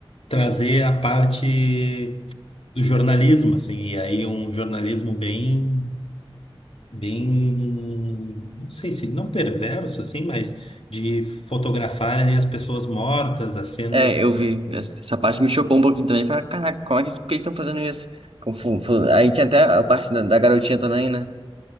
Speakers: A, on the left (about 80°); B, on the right (about 75°).
A: trazer a parte do jornalismo, assim, e aí um jornalismo bem bem, não sei se não perverso assim, mas de fotografarem as pessoas mortas, as cenas.
B: É, eu vi. Essa essa parte me chocou um pouquinho também. Falei, caraca, como é que, por que eles estão fazendo isso? Eu fu- fu- Aí tinha até a parte da, da garotinha também, né?